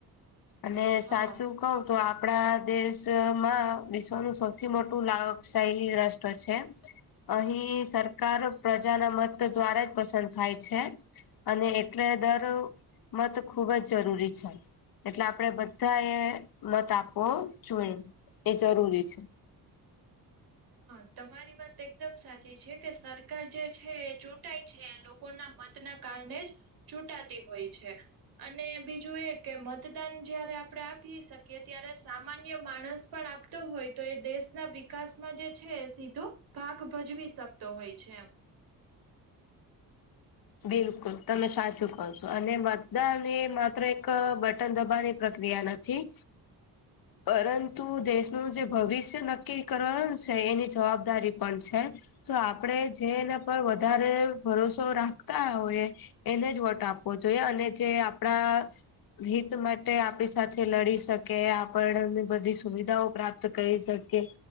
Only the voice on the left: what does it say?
અને
સાચું કવ તો આપડા દેશમાં વિશ્વનું સૌથી મોટું લોકશાહી રાષ્ટ્ર છે અહીં સરકાર પ્રજાના મત દ્વારા જ પસંદ થાય છે અને એટલે દર મત ખુબ જ જરૂરી છે એટલે આપડે બધા એ મત આપવો જોઈએ એ જરૂરી છે
બિલકુલ તમે સાચું કહો છો અને બધા ને માત્ર એક બ <unintelligible> પ્રક્રિયા નથી
પરંતુ દેશનું જે ભવિષ્ય નક્કી કરવાનું છે એની જવાબદારી પણ છે તો આપડે જે એના પર વધારે ભરોસો રાખ હોય એને જ વોટો આપવો જોઈએ અને જે આપણા હિત માટે આપણી સાથે લડી શકે આપણને બધી સુવિધાઓ પ્રાપ્ત કરી શકે